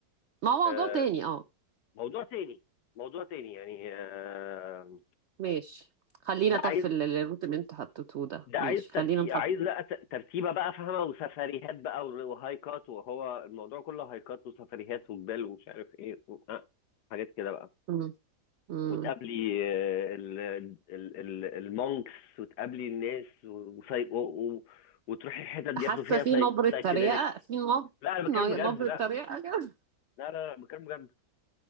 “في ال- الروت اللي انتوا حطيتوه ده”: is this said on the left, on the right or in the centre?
Right